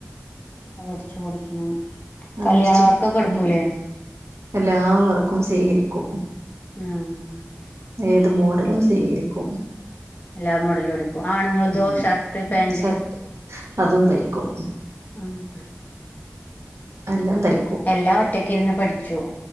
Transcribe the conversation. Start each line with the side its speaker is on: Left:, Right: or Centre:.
Left: അത് അട്ച്ചു കൊടുക്കണം
Right: അത്
Left: കല്യാണ
Right: വരച്ച്
Left: വർക്കൊക്കെ
Right: കൊടുക്കണം
Left: ട്ക്കൂലേ
Right: എല്ലാ വർക്കും സീകരിക്കും
Left: ആഹ്
Right: ഏത് മോഡലും സീകരിക്കും
Left: എല്ലാ മോഡലും അടിക്കും ആണ്ങ്ങൾതോ
Right: ഉം
Left: ഷർട്ട് പേന്റ്
Right: ഷർട്ട് അതും തയ്ക്കും
Left: അതും തയ്ക്കും
Right: എല്ലാം തയ്ക്കും
Left: എല്ലാം ഒറ്റക്കിര്ന്ന് പഠിച്ചു